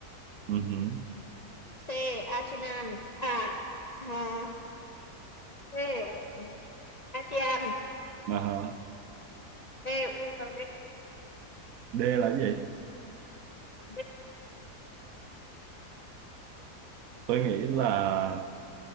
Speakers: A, on the right; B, on the left.
A: ừ, ừ.
B: C Asian à à D um, ASEAN
A: Mà hả?
B: D U N D
A: D là cái gì?
B: D
A: Tôi nghĩ là